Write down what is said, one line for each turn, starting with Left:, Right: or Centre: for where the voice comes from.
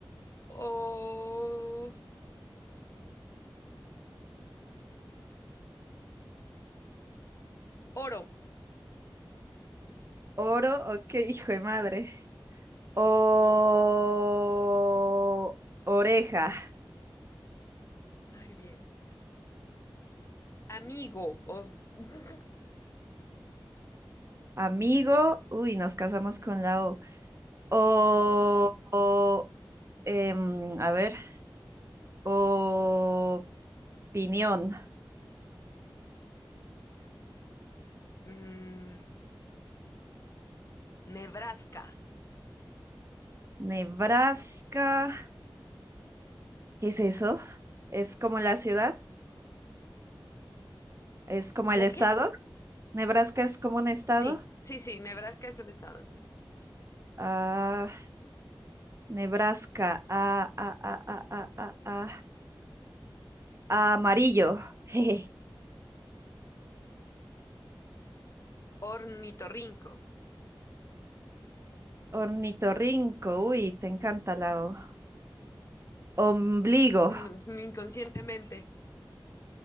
Left: O... Oro.
Right: oro, ok, hijo de madre, o oreja,
Left: Ay, bien. Amigo. O- <laughs>
Right: amigo, uy, nos casamos con la O, o,
Left: Ujú.
Right: o, em, a ver, opinión,
Left: Mm, Nebraska.
Right: Nebraska, ¿qué es eso? ¿Es como la ciudad? ¿Es como
Left: ¿La
Right: el estado?
Left: qué?
Right: Nebraska es como un estado.
Left: Sí, sí, sí, Nebraska es un estado, sí.
Right: Ah, Nebraska. Ah, ah, ah, ah, ah, ah, ah. ah, Amarillo. <laughs> Jeje.
Left: Ornitorrinco.
Right: Ornitorrinco. Uy, te encanta la O. Ombligo.
Left: no, inconscientemente.